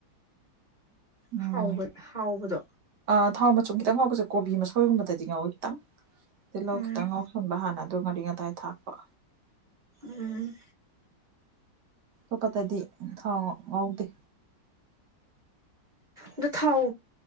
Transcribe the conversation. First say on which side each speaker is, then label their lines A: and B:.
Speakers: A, on the right; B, on the right.
A: ꯎꯝ
B: ꯍꯥꯎꯕ ꯍꯥꯎꯕꯗꯣ
A: ꯑꯥ ꯊꯥꯎ ꯃꯆꯨꯝ ꯈꯤꯇꯪ ꯉꯧꯕꯁꯦ ꯀꯣꯕꯤ ꯃꯁꯣꯏꯒꯨꯝꯕꯗꯗꯤ ꯉꯥꯎꯋꯦ ꯈꯤꯇꯪ ꯇꯤꯜꯍꯧ
B: ꯎꯝ
A: ꯈꯤꯇꯪ ꯉꯧꯁꯟꯕ ꯍꯥꯟꯅ ꯑꯗꯨꯒ ꯉꯥꯔꯤ ꯉꯇꯥꯏ ꯊꯥꯛꯄ
B: ꯎꯝ
A: ꯑꯇꯣꯞꯄꯗꯤ ꯊꯥꯎ ꯉꯧꯗꯦ
B: ꯑꯗꯣ ꯊꯥꯎ